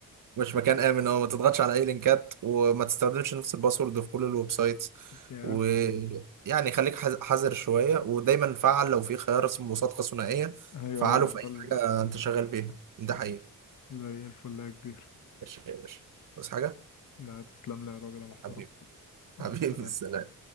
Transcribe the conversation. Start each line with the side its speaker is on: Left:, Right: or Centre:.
Right: مش مكان امن اه ما تضغطش على اي لينكات وما تستخدمش نفس الباسورد في كل الويب سايتس
Left: يا
Right: ويعني خليك حذ- حذر شويه ودايما فعل لو في خيار اسمه مصادقه ثنائيه
Left: أيوه
Right: فعله
Left: أيوه
Right: في
Left: الفل.
Right: اي حاجه انت شغال فيها ده حقيقه
Left: زي الفل يا كبير
Right: ماشي يا باشا بس حاجه
Left: لا تسلم لي يا راجل يا محترم
Right: حبيبي <laughs>
Left: مع
Right: حبيبي
Left: السلامة
Right: السلام